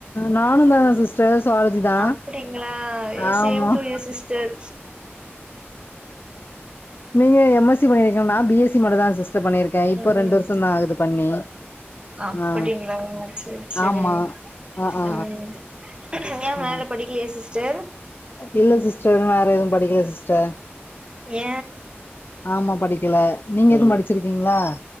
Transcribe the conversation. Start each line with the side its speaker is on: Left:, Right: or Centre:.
Left: நானு தா சிஸ் டர் சுவாலஜிதா
Right: அப்டிங்களா ஏ
Left: ஆமா
Right: சேம் டு யூ சிஸ்டர்
Left: நீங்க எம் எஸ் சி பண்ணிருக்க நா பி எஸ் சி மட்டுதா சிஸ் அக்சப்ட் பண்ணிருக்கே இப்போ
Right: ம்
Left: ரெண்டு வருஷோ தா ஆகுது பண்ணி
Right: அப்டிங்களா
Left: ஆ
Right: சேர் சேரி
Left: ஆமா ஆ ஆ
Right: ம் ஏ
Left: ஆ
Right: மேல படிக்கலையா சிஸ்டர்
Left: இல்ல சிஸ்டர் வேற எதுவு படிக்கல சிஸ்டர்
Right: ஏ
Left: ஆமா படிக்கல நீங்க எதுவு படிச்சிருக்கீங்களா